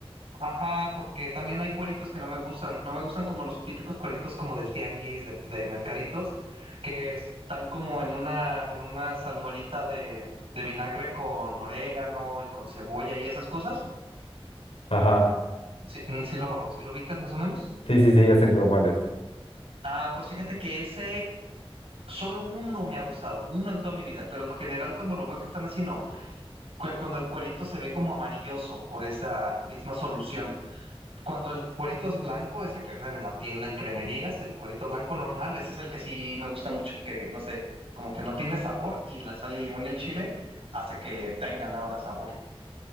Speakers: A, on the right; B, on the left.
A: Ajá, porque también hay cueritos que no me gustan, no me gustan como los típicos cueritos como del tianguis, de, de mercaditos, que están como en una, en una salmuerita de, de vinagre con orégano y con cebolla y esas cosas.
B: Ajá.
A: Sí, mm, sí lo, sí lo ubicas más o menos.
B: Sí, sí, sí, ya sé cuál es.
A: Ah, pues fíjate que ese, solo uno me ha gustado, uno en toda mi vida, pero en general cuando lo veo que están así, no. Cu- Cuando el cuerito se ve como amarilloso por esa misma solución. Cuando el cuerito es blanco, ese que venden en la tienda, en cremerías, el cuerito blanco normal, ese es el que sí me gusta mucho, que no sé, como que no tiene sabor y la sal y limón y el chile hace que tengan ahora sabor.